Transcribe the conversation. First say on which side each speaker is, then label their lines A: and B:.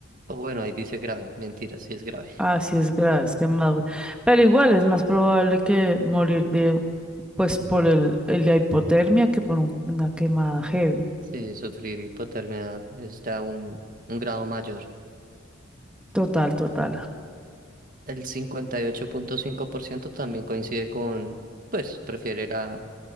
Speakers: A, on the right (about 40°); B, in the centre.
A: O bueno, ahí dice grave, mentira, sí es grave.
B: Ah, sí es grave, es quemadura. Pero igual es más probable que morir de Pues por el, el la hipotermia que por un- una quemada heavy.
A: Sí, sufrir hipotermia es ya un, un grado mayor.
B: Total, total.
A: El cincuenta y ocho punto cinco por ciento también coincide con, pues, prefiere la,